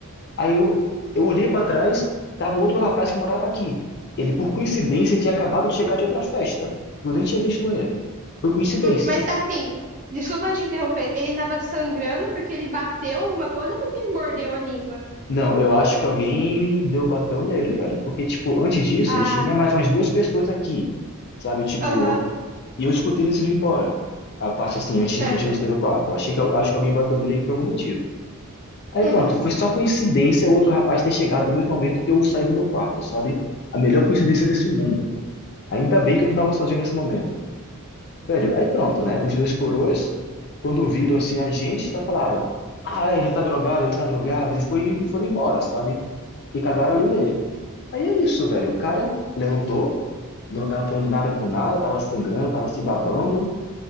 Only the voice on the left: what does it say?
Aí eu, eu olhei para trás, tava um outro rapaz que morava aqui. Ele, por coincidência, tinha acabado de chegar de outra festa. Eu nem tinha visto ele. Foi coincidência.
Não, eu acho que alguém deu bateu nele, velho. Porque, tipo, antes disso,
tinha mais umas duas pessoas aqui, sabe? Tipo,
e eu escutei eles indo embora. A parte, assim, antes,
antes de eu sair do quarto. Eu achei que, acho que alguém bateu nele aí por algum motivo. Aí
pronto, foi só coincidência o outro rapaz ter chegado no mesmo momento que eu saí do meu quarto, sabe? A melhor coincidência desse mundo. Ainda bem que eu não tava sozinho nesse momento. Velho, aí pronto, né? Os dois coroas, quando viram-se a gente, só falaram: Ah, ele tá drogado, ele tá drogado, e, foi, e foram embora, sabe? E cagaram ali nele. Aí é isso, velho. O cara levantou, não tava falando nada com nada, tava sangrando, tava se babando,